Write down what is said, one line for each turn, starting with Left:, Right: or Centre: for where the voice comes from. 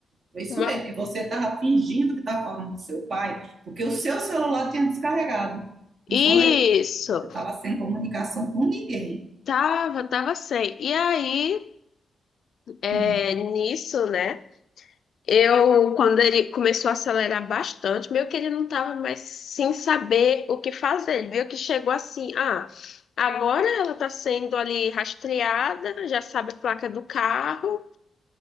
Right: foi isso
Left: uma...
Right: mesmo, que você estava fingindo que estava falando com seu pai, porque o seu celular tinha descarregado, não
Left: Isso,
Right: foi? Eu estava sem comunicação com ninguém.
Left: tava, tava sem. E aí, é,
Right: Hum,
Left: nisso, né? Eu, quando ele começou a acelerar bastante, meio que ele não estava mais sem saber o que fazer. Ele viu que chegou assim, ah, agora ela está sendo ali rastreada, já sabe a placa do carro,